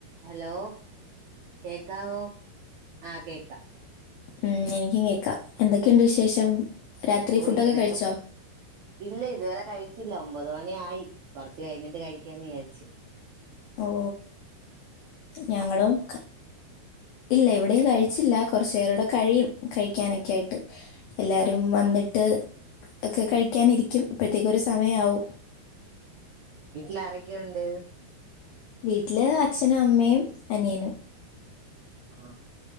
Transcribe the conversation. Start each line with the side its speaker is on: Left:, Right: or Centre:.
Right: ഹലോ കേക്കാവോ ആ കേക്കാം.
Left: ഉം എനിക്കും കേക്കാം. എന്തൊക്കെയുണ്ട് വിശേഷം? രാത്രി
Right: ഓ
Left: ഫുഡൊക്കെ
Right: ഇങ്ങനെയൊക്കെ,
Left: കഴിച്ചോ
Right: ഇല്ല ഇതുവരെ കഴിച്ചില്ല ഒമ്പത് മണി ആയി. കൊറച്ച് കഴിഞ്ഞിട്ട് കഴിക്കാന്ന് വിചാരിച്ച്
Left: ഓ ഞങ്ങളും
Right: ച്ചാ
Left: ക
Right: <inaudible>
Left: ഇല്ല ഇവിടെയും കഴിച്ചില്ല, കുറച്ചേരം കൂടെ കഴിയും കഴിക്കാനൊക്കെ ആയിട്ട്, എല്ലാരും വന്നിട്ട് ഒക്കെ കഴിക്കാനിരിക്കും, അ പ്പഴത്തേക്ക് ഒരു സമയാവും.
Right: ലാരൊക്കെയുണ്ട്?
Left: വീട്ടില് അച്ഛനും അമ്മയും അനിയനും.
Right: ആ